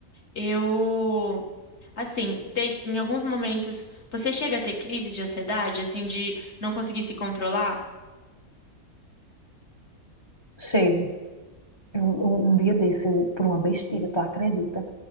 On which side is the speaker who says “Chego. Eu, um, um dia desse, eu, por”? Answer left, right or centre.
Left